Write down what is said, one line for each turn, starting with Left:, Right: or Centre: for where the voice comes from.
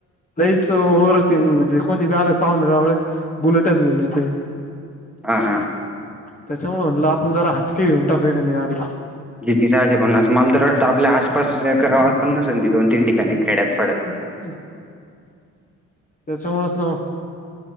Left: लईच ओ्हरथिंग म्हणजे कोणी वला पाहूनव बुलेटच घेऊन येते.
Centre: हां हां.
Left: त्याच्यामुळे म्हणलं आपण जरा हटके घेऊन टकू एख्या गाडी
Centre: जिती सहाशे पन्नास मालदर वाटता आपल्या आसपास गावात पन्नास दोन तीन ठिकाणी खेड्यात पडत.
Left: ह. त्याच्यामुळेच ना.